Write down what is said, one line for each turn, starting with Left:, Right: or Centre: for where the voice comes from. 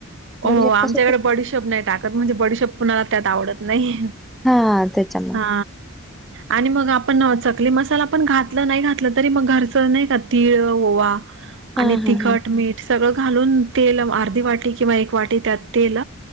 Right: हो
Centre: बडीशाप
Right: आमच्याकडे
Centre: कशात टाकायची
Right: बडशब नाही टाकत म्हणजे बडिशब पुनणाला त्यात आवडत नाही
Centre: हा त्याच्यामुळे
Right: हा आणि मग आपण चकली मसाला पण घातला नाही घातलं तरी मग घरच नाही का तिळ ओवा
Centre: हा
Right: आणि
Centre: हा
Right: तिखट
Centre: हा
Right: मीठ सगळं घालून तेल अर्धी वाटी किंवा एक वाटी त्यात तेल